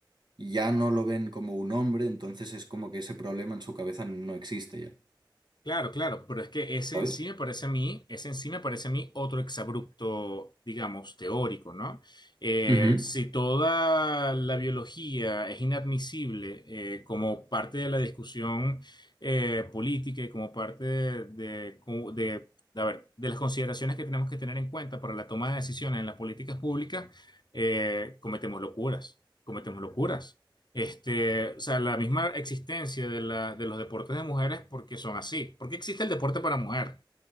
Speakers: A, on the right; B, on the left.
A: ya no lo ven como un hombre, entonces es como que ese problema en su cabeza no existe ya,
B: Claro, claro, pero es que ese
A: ¿sabes?
B: en sí me parece a mí, ese en sí me parece a mí otro exabrupto, digamos, teórico, ¿no? Eh,
A: Ujú.
B: si toda la biología es inadmisible eh, como parte de la discusión eh, política y como parte de, de, cu- de- de, a ver, de las consideraciones que tenemos que tener en cuenta para la toma de decisiones en las políticas públicas, eh, cometemos locuras, cometemos locuras. Este, o sea, la misma existencia de, la- de los deportes de mujeres porque son así. ¿Por qué existe el deporte para mujer?